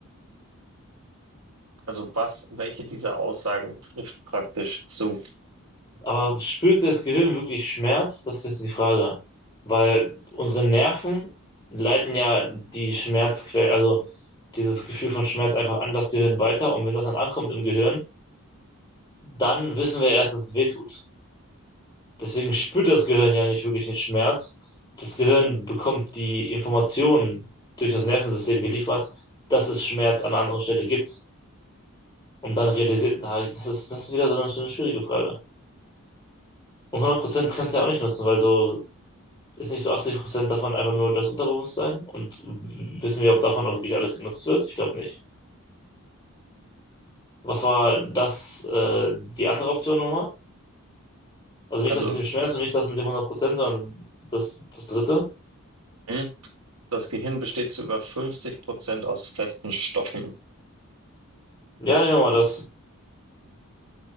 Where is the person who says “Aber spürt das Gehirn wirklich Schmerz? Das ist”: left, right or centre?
Left